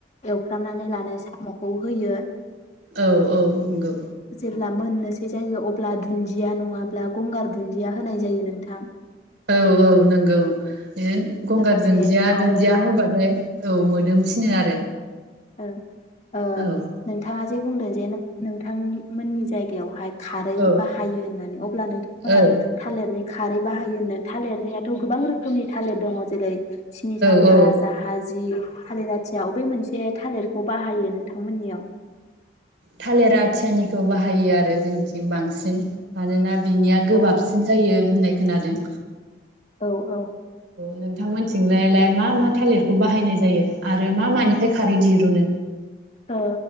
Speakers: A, on the left (about 35°); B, on the right (about 75°).
A: एवफ्रामनानै लानाय सा मखौ होयो।
B: औ औ नंगौ।
A: अब्ला मोननोसै जायो अब्ला दुन्दिया नङाब्ला गंगार दुन्दिया होनाय जायो नोंथां।
B: औ औ नंगौ बिदि गंगार
A: लोगोसे
B: दुन्दिया
A: खारै
B: दुन्दिया होबाथाय औ मोदोम सिनो आरो।
A: ओं ओ
B: औ
A: नोंथाङा जे जे बुंदों जे नोंथांनि मोननि जायगायावहाय खारै
B: औ
A: बाहायो होननानै अब्ला नोंथांमोना
B: औ
A: थालिरनि खारै बाहायो होनदों थालिरनियाथ' गोबां रोखोमनि थालिर दङ जेरै सिनि साम्फा
B: औ औ
A: जाहाजि जि थालिर आथिया अबे मोनसे थालिरखौ बाहायो नोंथांमोननियाव
B: थालिर आथियानि खौ बाहायो आरो जोंनिथिं बांसिन मानोना बिनिया गोबाबसिन
A: अ
B: जायो होननाय खोनादों
A: औ औ
B: नोंथांमोनथिंलायलाय मा मा थालिरखौ बाहायनाय जायो आरो मा मानिफ्राय खारै दिरुनो
A: ओ